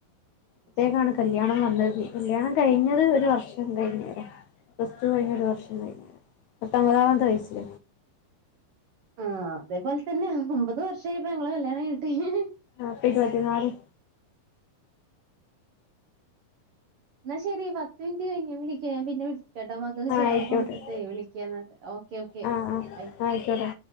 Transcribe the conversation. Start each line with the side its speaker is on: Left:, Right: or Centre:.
Left: ത്തേക്കാണ്
Right: ശരി
Left: കല്യാണം വന്നത് കല്യാണം കഴിഞ്ഞത് ഒരു വർഷം ഉണ്ടായിന്നില്ല പ്ലസ് സ്റ്റു കഴിന്ന് ഒരു വർഷം കഴിഞ്ഞ് പത്തൊമ്പതാമത്തെ വയസ്സിൽ
Right: ആഹ് അതേപോലെ തന്നെയാ ഒമ്പത് വർഷമായിപ്പ ഞങ്ങളെ കല്യാണം കഴിഞ്ഞിട്ട് <unintelligible>
Left: ആപ്പൊ ഇരുത്തിനാല്
Right: ന്നാ ശരി പത്ത്മിൻറ്റ് കഴിഞ്ഞ് ഞ വിളിക്ക ഞാൻ പിന്നെ വിളിക്കാട്ടാ മ ക്കക്
Left: ആ
Right: ചോറ്
Left: ആയിക്കോട്ടെ
Right: കൊടുത്തിട്ടേ വിളിക്കാന്ന് ഓക്കെ ഓക്കെ
Left: ആ ആ
Right: ബൈ
Left: ആയിക്കോട്ടെ